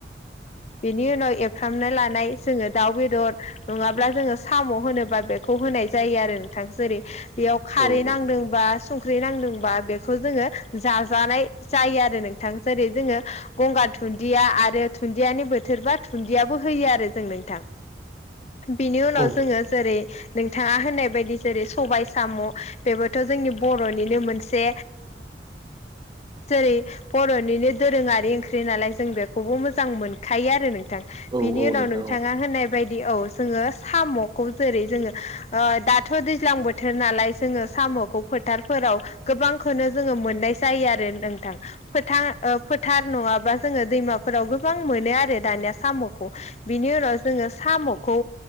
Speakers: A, on the left (about 35°); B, on the right (about 25°).
A: बेनि उनाव एवफ्रामना लानाय जोङो दाउ बेदर नङाब्ला जोङो साम' होनोबा बेखौ होनाय जायो आरो नोंथां जेरै बेयाव खारै
B: औ
A: नांदोंबा संख्रि नांदोंबा बेखौ जोङो जाजानाय जायो आरो नोंथां जेरै जोङो गंगार धुन्दिया आरो धुन दियानि बोथोरबा दुन्दियाबो होयो आरो जों नोंथां बिनि उनाव
B: औ
A: जोङो जेरै नोंथाङा होननाय बायदि जेरै सबाय साम' बेबोथ' जोंनि बर'निनो मोनसे जेरै बर'निनो दोरोङारि ओंख्रि नालाय जों बेखौबो मोजां। मोजां मोनखायो आरो नोंथां
B: औ
A: बिनि
B: औ
A: उनाव
B: नोंथां
A: नोंथाङा होननाय बायदि औ जोङो साम'खौ जेरै जोङो दाथ' दैज्लां बोथोर नालाय जोङो साम' खौ फोथारफोराव गोबांखौनो जोङो मोननाय जायो आरो नोंथां। फोथार फोथार नङाबा जोङो दैमाफोराव गोबां मोनो आरो दानिया साम'खौ। बिनि उनाव जोङो साम'खौ